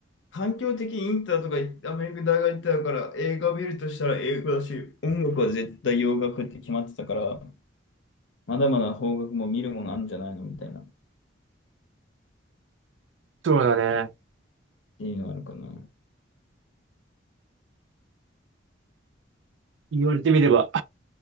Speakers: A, on the left; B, on the right.
A: 環境的にインターとか行ってアメリカ大学行ってたから、映画見るとしたら英語だし、音楽は絶対洋楽って決まってたから、まだまだ邦楽も見るものあるんじゃないのみたいな、っ
B: そうだね。
A: ていうのあるかな。
B: 言われてみれば。